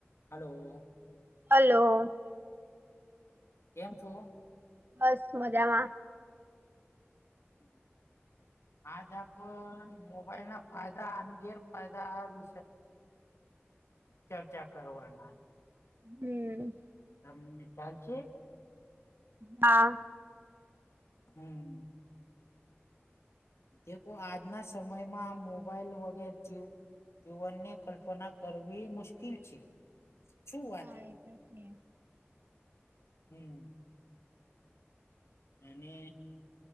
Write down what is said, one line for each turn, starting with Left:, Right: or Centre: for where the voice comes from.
Left: Hello.
Right: Hello.
Left: કેમ છો?
Right: બસ મજામાં.
Left: હમ <unintelligible> આજ આપણ મોબાઈલ ના ફાયદા અને ગેરફાયદા વિ ચર્ચા <inaudible> કરવાના.
Right: હમ
Left: તમ ચાલ છે
Right: હા
Left: હમ દ આજના સમયમાં મોબાઈલ વગેર જીવ જીવનની કલ્પના કરવી મુશ્કેલ છે. શું વાત
Right: હા એ તો છે.
Left: હમ <inaudible> અને